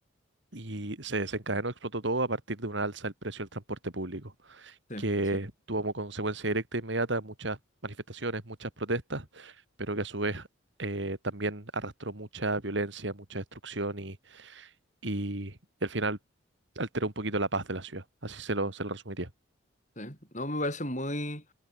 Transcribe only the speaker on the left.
Sí,
sí.
¿Sí? No, me parece muy,